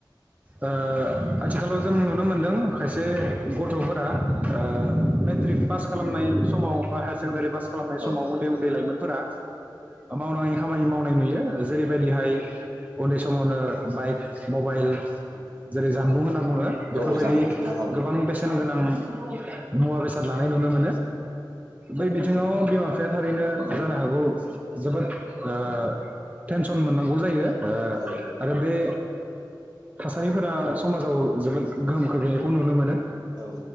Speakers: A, on the right; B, on the right.
A: ओ आथिखालाव जों नुनो मोनदों खायसे गथ'फोरा ओ मेट्रिक पास खालामनाय समाव बा हायार सेकेण्डारि पास खालामनाय
B: औ
A: समाव उन्दै-उन्दै लाइमोन फोरा मावनाङै खामानि मावनाय नुयो जेरैबायदिहाय उन्दै समावनो बायक मबाइल
B: नुबाय
A: जेरै जानबुं होनना बुङो
B: औ
A: बेफोरबायदि
B: जामबुं नोंथां औ
A: गोबां बेसेनगोनां <inaudible> मुवा बेसाद लानाय नुनो मो नो बै बिथिङाव बिमा बिफाया थारैनो जानो हागौ जोबोद ओ टेनसन मोननांगौ जायो। ओ
B: औ औ
A: आरो बे थासारिफोरा समाजाव जोबोद गोहोम खोख्लैनायखौ नुनो मोनो।
B: औ